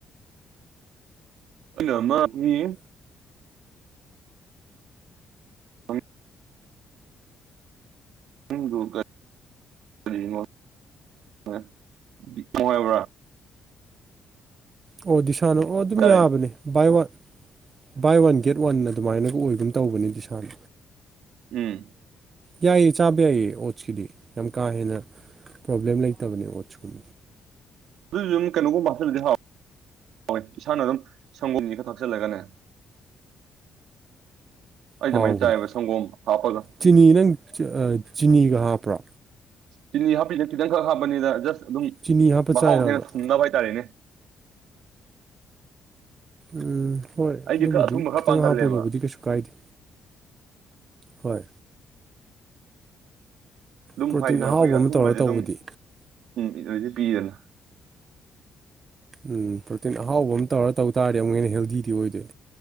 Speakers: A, on the right; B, on the right.
A: ꯑꯩꯅ ꯃꯥ ꯃꯤ <inaudible> ꯃꯤꯡꯗꯨ <unintelligible>
B: ꯑꯣ ꯗꯤꯁꯥꯅꯣ ꯑꯣ ꯑꯗꯨꯝ
A: ꯍꯥꯏꯇꯥꯔꯦ
B: ꯌꯥꯕꯅꯦ ꯕꯥꯏ ꯋꯥꯟ ꯕꯥꯏ ꯋꯥꯟ ꯒꯦꯠ ꯋꯥꯟ ꯑꯗꯨꯃꯥꯏꯅꯒ ꯑꯣꯏꯒꯨꯝ ꯇꯧꯕꯅꯤ ꯗꯤ ꯁꯥꯟ
A: ꯎꯝ
B: ꯌꯥꯏꯌꯦ ꯆꯥꯕ ꯌꯥꯏꯌꯦ ꯑꯣꯠꯁꯀꯤꯗꯤ ꯌꯥꯝ ꯀꯥ ꯍꯦꯟꯅ ꯄ꯭ꯔꯣꯕ꯭ꯂꯦꯝ ꯂꯩꯇꯕꯅꯦ ꯑꯣꯠꯁꯀꯨꯝ
A: ꯑꯗꯨꯏ ꯑꯗꯨꯨꯝ ꯀꯩꯅꯣꯒꯨꯝꯕ ꯍꯥꯆꯜꯗꯤ ꯍꯥꯎ ꯍꯣꯏ ꯏꯁꯥꯅ ꯑꯗꯨꯝ ꯁꯪꯒꯣꯅꯤ ꯈ ꯊꯥꯆꯤꯜꯂꯒꯅꯦ ꯑꯩ ꯑꯗꯨꯃꯥꯏꯅ
B: ꯍꯥꯎꯕꯅꯦ
A: ꯆꯥꯏꯕ ꯁꯪꯒꯣꯝ ꯍꯥꯞꯄꯒ
B: ꯆꯤꯅꯤ ꯅꯪ ꯑꯥ ꯆꯤꯅꯤꯒ ꯍꯥꯄ꯭ꯔꯣ
A: ꯆꯤꯅꯤ ꯍꯥꯞꯄꯤꯅ ꯈꯤꯇꯪꯈꯛ ꯍꯥꯞꯄꯅꯤꯗ ꯖꯁ ꯑꯗꯨꯝ
B: ꯆꯤꯅꯤ ꯍꯥꯞꯄ ꯆꯥꯏꯔꯕ
A: ꯃꯍꯥꯎ ꯍꯦꯟꯅ ꯊꯨꯡꯅꯕ ꯍꯥꯏꯇꯥꯔꯦꯅꯦ
B: ꯎꯝ ꯍꯣꯏ
A: ꯑꯩꯗꯤ
B: ꯑꯗꯨꯕꯨꯗꯤ
A: ꯈꯔ ꯑꯊꯨꯝꯕ ꯈꯔ
B: ꯈꯤꯇꯪ
A: ꯄꯥꯡꯒꯜꯂꯦꯕ
B: ꯍꯥꯞꯄꯗꯕꯨꯗꯤ ꯀꯩꯁꯨ ꯀꯥꯏꯗꯦ ꯍꯣꯏ
A: ꯑꯗꯨꯝ
B: ꯄ꯭ꯔꯣꯇꯤꯟ
A: ꯍꯥꯏꯗ
B: ꯑꯍꯥꯎꯕ
A: ꯑꯩꯈꯣꯏꯒꯤ
B: ꯑꯃ
A: ꯑꯊꯨꯝꯕꯁꯦ
B: ꯇꯧꯔ ꯇꯧꯕꯗꯤ
A: ꯑꯗꯨꯝ ꯎꯝ ꯏꯟꯔꯗꯤ ꯄꯤꯗꯅ
B: ꯎꯝ ꯄ꯭ꯔꯣꯇꯤꯟ ꯑꯍꯥꯎꯕ ꯑꯃ ꯇꯧꯔ ꯇꯧ ꯇꯥꯔꯗꯤ ꯑꯃꯨꯛ ꯍꯦꯟꯅ ꯍꯦꯜꯗꯤ ꯑꯣꯏꯗꯣꯏ